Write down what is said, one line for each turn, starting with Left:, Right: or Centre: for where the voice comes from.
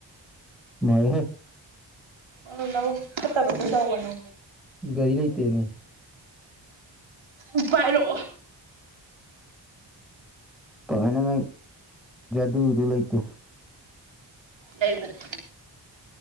Centre: ꯃꯣꯏ ꯍꯦ
Right: ꯑꯣꯅꯕꯨ ꯐꯠꯇ ꯈꯠꯇ ꯇꯧꯒꯅ
Centre: ꯒꯥꯔꯤ ꯂꯩꯇ ꯃ
Right: ꯎꯄꯔꯣ
Centre: ꯄꯅ ꯃ ꯗꯨꯗ ꯂꯩꯇꯦ
Right: ꯂꯩꯕꯅꯦ